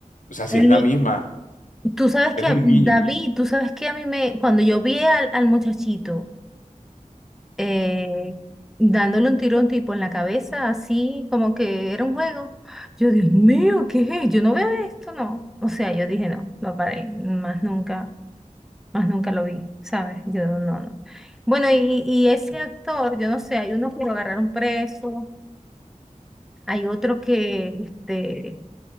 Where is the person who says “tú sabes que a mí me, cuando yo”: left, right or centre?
Centre